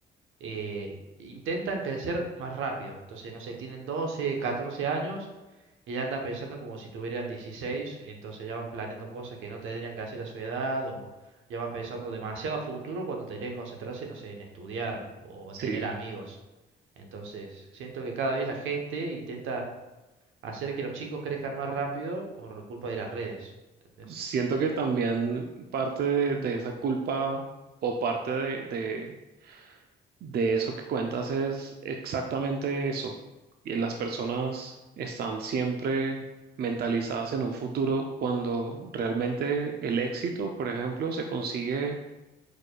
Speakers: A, on the right; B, on the right.
A: eh, intentan crecer más rápido. Entonces, no sé, tienen 12 14 años y ya andan pensando como si tuvieran dieciséis entonces ya van planeando cosas que no tendrían que hacer a su edad o ya van pensando demasiado a futuro cuando tendrían que concentrarse, no sé, en estudiar o en tener
B: Sí.
A: amigos. Entonces, siento que cada vez la gente intenta hacer que los chicos crezcan más rápido por culpa de las redes. ¿Entendés?
B: Siento que también parte de, de esa culpa o parte de, de, de eso que cuentas es exactamente eso. Y las personas están siempre mentalizadas en un futuro cuando realmente el éxito, por ejemplo, se consigue